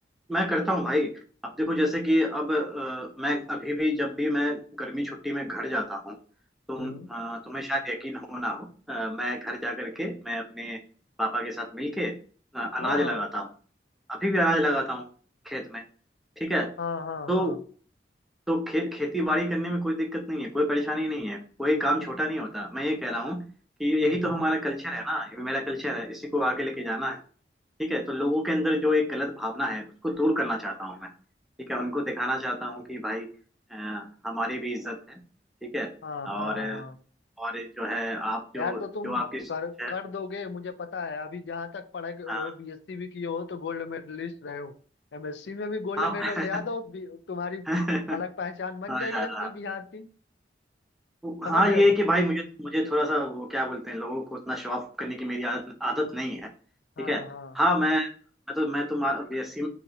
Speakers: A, in the centre; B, on the left.
A: मैं करता हूँ भाई अब देखो जैसे कि अब अ, मैं अभी भी जब भी मैं गर्मी छुट्टी में घर जाता हूँ तुम
B: हम्म
A: अ, तुम्हें शायद यकीन हो ना हो अ, मैं घर जा करके मैं अपने पापा के साथ मिलके अ, अनाज
B: हाँ
A: लगाता हूँ अभी भी अनाज लगाता हूँ खेत में ठीक है
B: हाँ हाँ
A: तो
B: हाँ
A: तो खे, खेती बाड़ी करने में कोई दिक्कत नहीं है कोई परेशानी नहीं है कोई काम छोटा नहीं होता मैं ये कह रहा हूँ कि
B: हम्म
A: यही
B: हम्म
A: तो हमारा कल्चर है ना ये मेरा कल्चर है इसी को आगे लेके जाना है ठीक है तो लोगों के अंदर जो एक गलत भावना है उसको दूर करना चाहता हूँ मैं ठीक है उनको दिखाना चाहता हूँ कि भाई अ, हमारी भी इज्जत है ठीक है
B: हाँ
A: और
B: हाँ हाँ
A: और जो है आप
B: यार
A: जो
B: तो तुम
A: जो आपकी सोच
B: कर
A: है
B: कर दोगे मुझे पता है अभी जहाँ तक पढ़ाई के-
A: अ,
B: वो बीएससी भी किए हो तो गोल्ड मेडलिस्ट रहे हो एमएससी में भी गोल्ड
A: हाँ
B: मेडल ले आ दो भी- तुम्हारी
A: <laughs>
B: अलग पहचान बन
A: हाँ
B: जाएगी
A: यार
B: अपनी बिहार की
A: हाँ
B: समझ रहे
A: ये
B: हो
A: है कि भाई मुझे मुझे थोड़ा सा वो क्या बोलते हैं लोगों को उतना शो ऑफ करने की मेरी आदत आदत नहीं है ठीक
B: हाँ
A: है
B: हाँ
A: हाँ मैं मैं तो मैं तो बीएससी